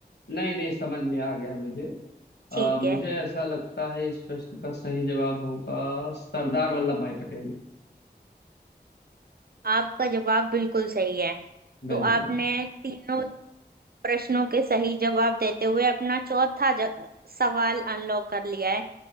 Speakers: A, on the left (about 75°); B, on the right (about 60°).
A: नहीं नहीं समझ में आ गया मुझे अ,
B: ठीक
A: मुझे
B: है
A: ऐसा लगता है इस प्रश्न का सही जवाब होगा सरदार वल्लभ भाई पटेल
B: आपका जवाब बिल्कुल सही है
A: बिल्कुल
B: तो आपने तीनों प्रश्नों के सही जवाब देते हुए अपना चौथा ज- सवाल अनलॉक कर लिया है